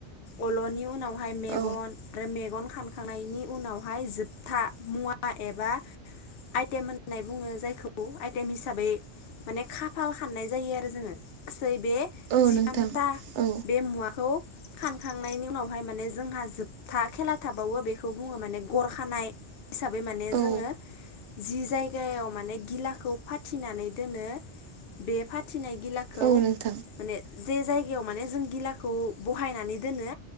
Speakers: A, on the left; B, on the right.
A: अलनि उनावहाय मेगन
B: औ
A: आरो मे गन खानखांनायनि उनावहाय जोबथा मुवा एबा आइटेम होननानै बुङो जायखौ आइटेम हिसाबै माने खाफाल खान्नाय जायो आरो जोङो गासै बे
B: औ
A: जिथामथा
B: नोंथां औ
A: बे मुवाखौ खानखांनायनि उनावहाय माने जोंहा जोबथा खेला थाबावो बेखौ बुङो माने गर खानाय हिसाबै माने
B: औ
A: जोङो जि जायगायाव माने गिलाखौ फाथिनानै दोनो बे फा थिनाय गिलाखौ
B: औ नोंथां
A: माने जे जाय गायाव माने गिलाखौ बहायनानै दोनो